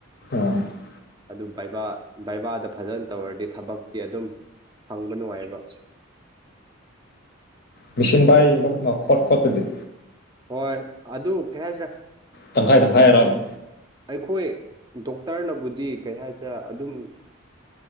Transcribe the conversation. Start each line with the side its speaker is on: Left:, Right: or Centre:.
Left: ꯑꯣ ꯎꯝ
Right: ꯑꯗꯨ ꯕꯩꯕꯥꯗ ꯐꯖꯅ ꯇꯧꯔꯗꯤ ꯊꯕꯛꯇꯤ ꯑꯗꯨꯝ ꯐꯪꯕ ꯅꯨꯡꯉꯥꯏꯕ
Left: ꯃꯦꯆꯤꯟ ꯏ ꯈꯣꯠ ꯈꯣꯠꯇꯗꯤ
Right: ꯍꯣꯏ ꯑꯗꯨ ꯀꯩ ꯍꯥꯏꯁꯤ꯭ꯔꯥ
Left: ꯇꯪꯈꯥꯏ ꯇꯪꯈꯥꯏ ꯍꯥꯏꯔꯥꯎꯕ
Right: ꯑꯩꯈꯣꯏ ꯗꯣꯛꯇꯔꯅꯕꯨꯗꯤ ꯀꯩ ꯍꯥꯏꯁꯦ ꯑꯗꯨꯝ